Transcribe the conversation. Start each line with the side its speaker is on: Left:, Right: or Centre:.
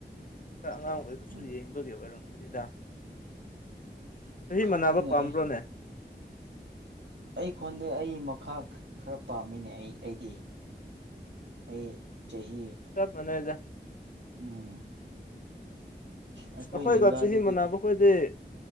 Left: ꯈꯔ ꯑꯉꯥꯡ ꯑꯣꯏꯕꯁꯨ
Right: ꯎꯝ
Left: ꯌꯦꯡꯕꯒꯤ ꯑꯣꯏꯔꯝꯒꯅꯤꯗ ꯆꯍꯤ
Right: ꯈꯪꯗꯦꯅꯦ
Left: ꯃꯅꯥꯕ ꯄꯥꯝꯕ꯭ꯔꯣꯅꯦ
Right: ꯑꯩ ꯑꯩ ꯈꯣꯟꯗꯦ ꯑꯩ ꯈꯥ ꯈꯔ ꯄꯥꯝꯃꯤꯅꯦ ꯑꯩ ꯑꯩꯗꯤ ꯑꯩ ꯆꯍꯤ
Left: ꯁꯣꯞ ꯃꯅꯦꯗ
Right: ꯎꯝ ꯑꯩꯈꯣꯏ
Left: ꯑꯩꯈꯣꯏꯒ
Right: ꯂꯦꯡꯒꯥꯗꯨꯗꯤ
Left: ꯆꯍꯤ ꯃꯥꯟꯅꯕ ꯈꯣꯏꯗꯤ